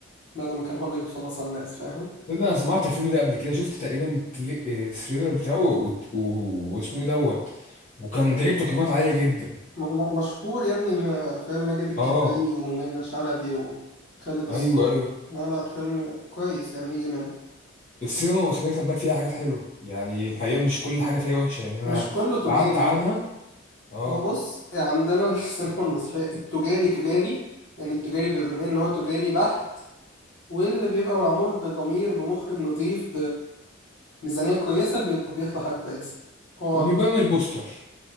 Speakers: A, on the left; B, on the left.
A: ما دام كان هو اللي بيخلص على الناس فاهم
B: تبدأ انا سمعت الفيلم ده قبل كده شفت تقريبا التل- آه، التريلر بتاعه و- و- واسمه ايه دوت وكان جايب تقييمات عاليه جدا
A: م- م- مشهور يا ابني ما- فاهم ماجد الكدواني
B: اه
A: ومنة شلبي وخالد الصاوي
B: ايوه ايوه
A: لا لا الفيلم كويس يعني يجي منه
B: السينما المصرية خد بالك فيها حاجات حلوة يعني الحقيقة مش كل حاجة فيها وحشة يعني أنا
A: مش كله تجاري
B: بعدت عنها
A: اه
B: اه
A: هو بص عندنا السينما المصرية التجاري تجاري يعني التجاري بيبقى بين ان هو تجاري بحت واللي بيبقى معمول بضمير بمخرج نظيف بميزانية كويسة بيبقى بيطلع حاجة كويسة هو
B: وبيبان
A: دي
B: من البوستر